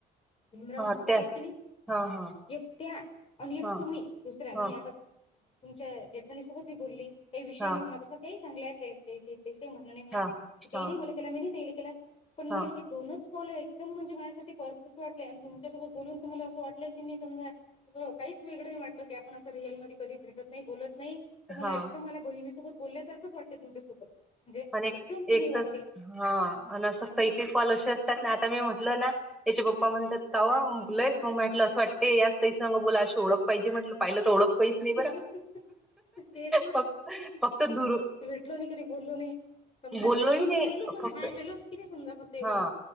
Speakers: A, on the left; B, in the centre.
A: भीमराव
B: हा
A: म्हसाय
B: त्या
A: की नाही
B: हा हा
A: एक त्या आणि एक
B: हा
A: तुम्ही दुसऱ्या
B: हा
A: मी आता तुमच्या जेठानी सोबत मी बोलली काही विषय
B: हा
A: नाही होणार तसा तेही चांगल्या आहेत म्हण
B: हा
A: ते
B: हा
A: नाही मला तेनी केला मी ही तेला केला पण
B: हा
A: मला हे दोनच कॉल एकदम म्हणजे माझ्या परफेक्ट वाटलेय आणि तुमच्यासोबत बोलून तुम्हाला असं वाटलं की मी समजा हो काहीच मिनिट की आपण अस रियल कधी भेटत नाही बोलत नाही तर मला
B: हा
A: एकदम मला बहिणीसोबत बोलण्यासारखं अस वाटतय तुमच्यासोबत म्हणजे
B: आणि
A: एकदम फ्री
B: एक
A: वाटते
B: तर हा आणि असं काही काही कॉल अशे असतात ना आता मी म्हटल ना त्याचे पप्पा पप्पा म्हणतात कावा मुगलंयस मग म्हटलं असं वाटतेय याच तही सांग बला अशी ओळख पाहिजे म्हटलं पाहिलं तर ओख पैस नाही
A: हम्म.
B: बरा
A: तेच
B: फक फक्त दूर
A: टलो नाही कधी बोललो नाही समजा
B: बोललोही
A: एवढं
B: नाही
A: बोललो पण
B: फक्त
A: हय हॅलो किती समजा फक्त
B: हा
A: एवढं